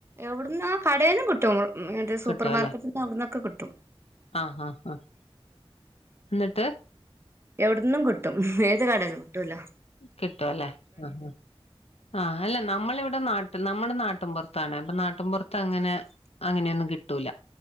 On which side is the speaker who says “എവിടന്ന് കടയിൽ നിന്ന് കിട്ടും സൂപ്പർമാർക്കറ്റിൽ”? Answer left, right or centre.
Right